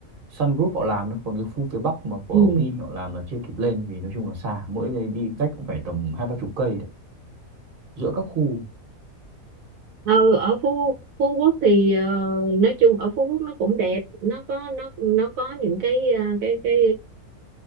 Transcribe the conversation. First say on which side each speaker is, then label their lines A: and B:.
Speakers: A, on the right (about 40°); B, on the right (about 75°).
A: Sun Group họ làm đó còn cái khu phía Bắc mà của
B: ừ.
A: Vin họ làm là chưa kịp lên vì nói chung là xa mỗi ngày đi cách cũng phải tầm hai ba chục cây đấy giữa các khu
B: ừ ở Phú Phú Quốc thì ờ, nói chung ở Phú Quốc nó cũng đẹp nó có nó nó có những cái ờ, cái cái